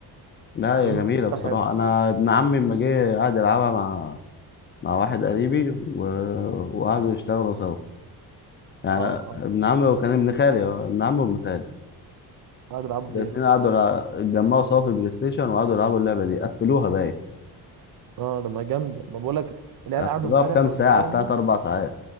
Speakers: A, on the left; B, on the right.
A: لا
B: بيقولوا
A: هي جميلة
B: قصتها
A: بصراحة
B: حلو
A: أنا ابن عمي لما جه قعد يلعبها مع مع واحد قريبي و... وقعدوا يشتغلوا سوا يعني
B: اه اه
A: ابن عمي وكان ابن خالي اه، ابن عمي وابن خالي
B: قعدوا يلعبوا فيها
A: الاتنين قعدوا يلع- اتجمعوا سوا في البلاي ستيشن وقعدوا يلعبوا اللعبة دي قفلوها باين
B: اه ده ما جامده ما بقول لك العيال
A: قفلوها
B: قعدوا امبارح
A: في كام
B: قدامي
A: ساعة في تلات أربع ساعات